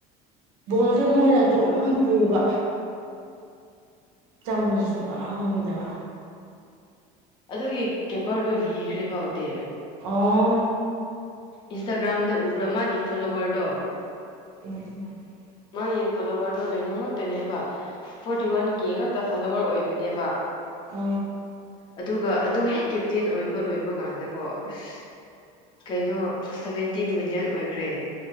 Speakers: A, on the right; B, on the left.
A: ꯣꯜꯗ ꯃꯣꯏꯅ ꯑꯗꯨꯝ ꯄꯨꯕ ꯆꯥꯡꯃꯁꯨ ꯁꯨꯡꯉꯝ ꯉꯝꯗꯕ
B: ꯑꯗꯨꯒꯤ ꯀꯦꯄꯔꯗꯣ ꯂꯤꯈ꯭ꯔꯦ ꯐꯥꯎꯇꯦ
A: ꯑꯣ
B: ꯏꯟꯁꯇꯥꯒ꯭ꯔꯥꯝꯗ ꯎꯕ꯭ꯔꯥ ꯃꯥꯒꯤ ꯐꯣꯂꯣꯋꯔꯗꯣ
A: ꯎ
B: ꯃꯥꯒꯤ ꯐꯣꯂꯣꯋꯔꯗꯣ ꯀꯩꯅꯣ ꯉꯛꯇꯅꯦꯕ ꯐꯣꯔꯇꯤ ꯋꯥꯟ ꯀꯦ ꯉꯥꯛꯇ ꯐꯣꯂꯣꯋꯔ ꯑꯣꯏꯕꯅꯦꯕ
A: ꯑ
B: ꯑꯗꯨꯒ ꯑꯗꯨ ꯍꯦꯛ ꯀꯦꯞꯇꯦꯟ ꯑꯣꯏꯕ ꯂꯣꯏꯕ ꯀꯥꯟꯗꯀꯣ ꯑꯁ ꯀꯩꯅꯣ ꯁꯚꯦꯟꯇꯤꯟ ꯃꯤꯂꯤꯌꯟ ꯑꯣꯏꯈ꯭ꯔꯦ